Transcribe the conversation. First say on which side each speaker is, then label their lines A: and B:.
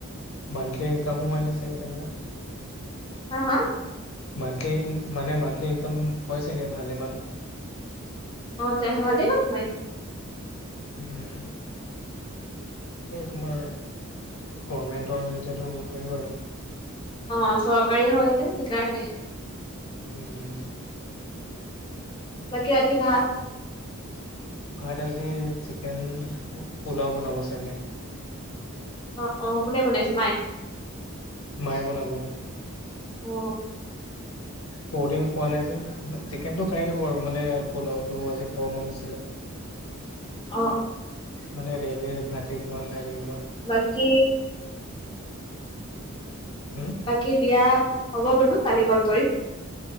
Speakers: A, on the left; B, on the left.
A: মান্থলি ইনকামো হয় নে চাগে তেনেকা
B: হাঁ হাঁ?
A: মান্থলি মানে মান্থলি ইনকাম হয় চাগে ভালেমান?
B: অ', তেহ ভালেমান হয়।
A: উম। <unintelligible> <unintelligible> তোমাৰ গভণমেণ্টৰ যেতিয়াতো হয় বাৰু।
B: অ' চৰকাৰীও হয় যে সেইকাৰণে।
A: উম উম।
B: বাকী ৰাতি ভাত?
A: ভাত আজি চিকেন পোলাও বনাব চাগে!
B: অ', অ', কোনে বনাইছে, মাই?
A: মায়ে বনাব
B: অ
A: বহুদিন খোৱা নাই যে চিকেনটো খাইয়ে থাকোঁ বাৰু মানে পোলাওটো আজি খোৱা মন আছিলে।
B: অ
A: মানে ডেইলি ভাতে খোৱা <unintelligible>
B: বাকী
A: হম
B: বাকী দিয়া হ'ব বোলো, কালি কল কৰিম।